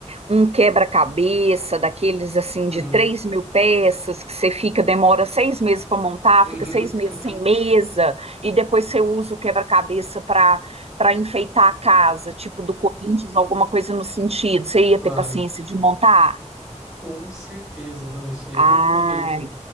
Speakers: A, on the right (about 55°); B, in the centre.
A: um quebra-cabeça daqueles assim
B: uhum,
A: de três mil peças que você fica, demora seis meses para montar,
B: uhum,
A: fica seis
B: <laughs>
A: meses
B: aham,
A: sem mesa, e depois você usa o quebra-cabeça para para enfeitar a casa, tipo do Corinthians, alguma coisa no sentido. Você ia
B: claro.
A: ter paciência de montar?
B: Com certeza. Não, isso aí
A: Ai,
B: é perfeito.